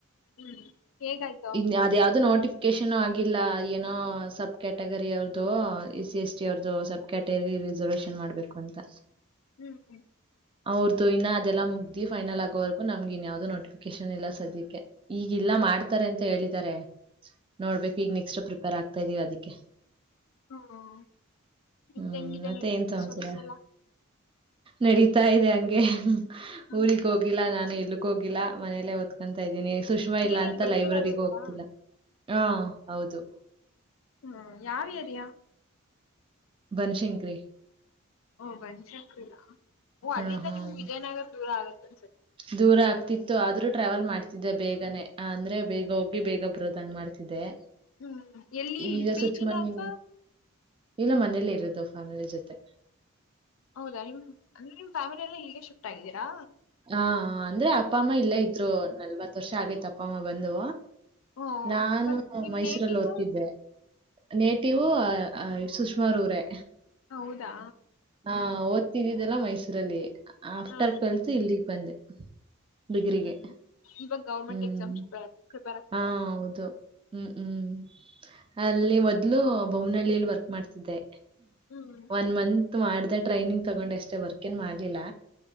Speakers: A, on the left; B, on the right.
A: ಹ್ಮ್ ಹೇಗಾಯ್ತು
B: ಇ ಅದ ಯಾವ್ದು ನೋಟಿ ಕೆಷನ ಆಗಿಲ್ಲ ಏನೋ ಸಬ್ ಕ್ಯಾಟಗರಿ ಅವ್ರದುು ಎಸ್ ಸಿ ಎಸ್ ಟಿ ಅವ್ರದುು ಸಬ್ ಕ್ಯಾಟಗರಿ ರಿಸರ್ವೇಷನ್ ಮಾಡ್ಬೇಕು ಅಂತ
A: ಹ್ಮ್ ಹ್ಮ್
B: ಅವ್ರ್ದು ಇನ್ನ ಅದೆಲ್ಲ ಮುಗ್ದಿ ಫೈನಲ್ ಆಗೋವರೆಗು ನಮ್ಗ ಇನ್ಯಾವ್ದೋ ನೋಟಿಫಿಕೇಶನ್ ಎಲ್ಲ ಸದ್ಯಕ್ಕೆ ಈಗ ಎಲ್ಲ ಮಾಡ್ತಾರೆ ಅಂತ ಹೇಳಿದ್ದಾರೆ ನೋಡ್ಬೇಕು ಈಗ ನೆಕ್ಸ್ಟ್ ಪ್ರಿಪೇರ್ ಆಗ್ತಾ ಇದೀವಿ ಅದಕ್ಕೆ
A: ಹ್ಮ್ ನಿಮ್ದ್
B: ಹ್ಮ್
A: ಹೆಂಗಿದೆ
B: ಮತ್ತೆ ಏನ್ ಸಮಚಾರ
A: ಸ್ಟಡೀಸ್ ಎಲ್ಲ
B: ನಡೀತಾ ಇದೆ ಹಂಗೆ
A: ಹ್ಮ್
B: ಊಗ್ ಹೋಗಿಲ್ಲ ನಾನ ಎಲ್ಲ ಹೋಗಿಲ್ಲಾ ಮನೇಲ್ಲೇ ಒದತ್ಕೊತಾ ಇದ್ದೀನಿ ಸುಷ್ಮಾ
A: ನೀವೇನ್
B: ಇಲ್ಲಾ ಅಂತ
A: ಬೆಂಗ್ಳೂರಲ್ಲಿ
B: ಲೈಬ್ರರಿಗ
A: ಇರೋದಾ
B: ಹೋಗ್ತಿ ಹಾ ಹೌದು
A: ಹ್ಮ ಯಾವ್ ಏರಿಯಾ
B: ಬನ್ಶಂಕರಿ
A: ಓ ಬಂದಸಕ್ಲ್ಲ ಓ ಅಲ್ಲಿಂದ
B: ಹ್ಮ್ ಹ್ಮ್
A: ನಿಮ್ಗೆ ವಿಜಯನಗರ ದೂರ ಆಗತ್ತೆ ಅನ್ಸುತ್ತೆ
B: ದೂರ ಆಗ್ತಿತ್ತು ಇ ಆದ್ರೂ ಟ್ರಾವೆಲ್ ಮಾಡ್ತಿದ್ದೆ ಬೇಗನೆ ಅಂದ್ರೆ ಬೇಗ ಹೋಗಿ ಬೇಗ ಬರೋದಂಗ ಮಾಡ್ತಿದ್ದೆ
A: ಹ್ಮ್ ಎಲ್ಲಿ ಇ
B: ಈಗ
A: ಪಿಜಿನ
B: ಸುಚ್ಮನೆ
A: ಅಪ್ಪ
B: ಇಲ್ಲ ಮನೇಲ್ಲ ಇರುದು ಫ್ಯಾಮಿಲಿ ಜೊತೆ
A: ಹೌದಾ ನಿಮ್ ಅಂದ್ರೆ ನಿಮ್ ಫ್ಯಾಮಿಲಿ ಎಲ್ಲ ಹೀಗೆ ಶಿಫ್ಟ್ ಆಗಿದ್ದೀರಾ
B: ಹಾ ಅಂದ್ರೆ ಅಪ್ಪ ಅಮ್ಮ ಇಲ್ಲೇ ಇದ್ರು ನಲ್ವತ್ ವರ್ಷ ಆಗೇತ್ ಅಪ್ಪ ಅಮ್ಮ ಬಂದು
A: ಹ್ಮ
B: ನಾನು
A: ಮತ್ ನಿಮ್
B: ಮೈಸೂರಲ್ಲಿ
A: ನೇಟಿವ್
B: ಓದ್ತಿದ್ದೆ ನೇಟವು ಸುಷ್ಮಾ ರೂರೇ
A: ಹೌದಾ
B: ಹಾ ಓದ್ತಿದ್ದಿದ್ದಲ್ಲ ಮೈಸೂರಲ್ಲಿ ಆಫ್ಟರ್
A: ಹಾ
B: ಟ್ವೆಲ್ತ್ ಇಲ್ಲಿಗ್ ಬಂದೆ ಡಿಗ್ರಿಗೆ.
A: ಹ್ಮ್ ಇವಾಗ ಗೌರ್ಮೆಂಟ್
B: ಹ್ಮ್.
A: ಎಕ್ಸಾಮ್ಸ್ ಆಗ್ತ
B: ಹಾ ಹೌದು ಹ್ಮ್ ಹ್ಮ್ ಅಲ್ಲಿ ಮೊದ್ಲು ಬೊಮ್ಮ್ನಹಳ್ಳಿಯಲ್ಲಿ ವರ್ಕ್ ಮಾಡ್ತಿದ್ದೆ
A: ಹ್ಮ್
B: ಒನ್ ಮಂತ್ ಮಾಡ್ದ ಟ್ರೈನಿಂಗ್ ತಗೊಂಡ್ ಎಷ್ಟೇ ವರ್ಕ್ ಏನ್ ಮಾಡ್ಲಿಲ್ಲ